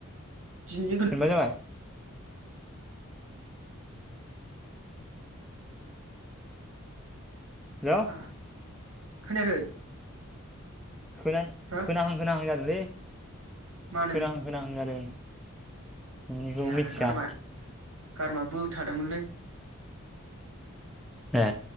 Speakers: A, on the right; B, in the centre.
A: दिनैजों
B: खोनबा जाबाय हेल'
A: हा खोनायाखै?
B: खोना
A: हो
B: खोनाहां खोनाहां जादोंलै।
A: मानो
B: खोनांहां खोनाहां जादों नोंनिखौ
A: ए आंना
B: मिथिया
A: गारमा गारमा बोथा दोंमोनलै।
B: ए